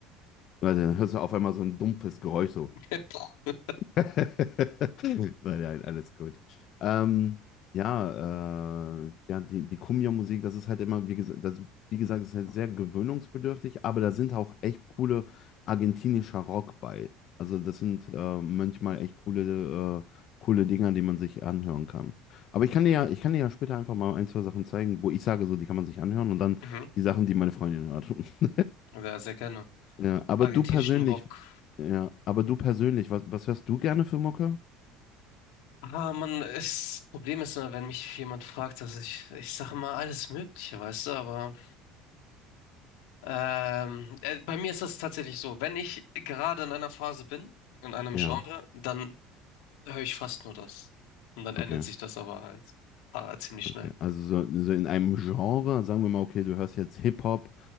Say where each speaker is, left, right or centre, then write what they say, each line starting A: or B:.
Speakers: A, on the left; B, on the left.
A: dann hörst du auf einmal so ein dumpfes Geräusch so.
B: <laughs> Puh.
A: <laughs> Nein, nein, alles gut. Ähm, ja, äh, ja, die, die Kumbia-Musik, das ist halt immer, wie gesagt, das, wie gesagt, ist halt sehr gewöhnungsbedürftig, aber da sind auch echt coole argentinischer Rock bei. Also das sind äh, manchmal echt coole, äh, coole Dinger, die man sich anhören kann. Aber ich kann dir ja, ich kann dir ja später einfach mal ein, zwei Sachen zeigen, wo ich sage, so, die kann man sich anhören und dann
B: Mhm.
A: die Sachen, die meine Freundin hört. <laughs>
B: Ja, sehr gerne.
A: Ja, aber
B: Argentinischen
A: du persönlich,
B: Rock.
A: ja, aber du persönlich, was, was hörst du gerne für Mucke?
B: Ah, Mann, das Problem ist immer, wenn mich jemand fragt, dass ich, ich sage immer alles Mögliche, weißt du, aber ähm, äh, bei mir ist das tatsächlich so, wenn ich gerade in einer Phase bin, in einem
A: Ja,
B: Genre, dann höre ich fast nur das. Und dann ändert
A: okay,
B: sich das aber halt ah, ziemlich schnell.
A: okay. Also so, so in einem Genre, sagen wir mal, okay, du hörst jetzt Hip-Hop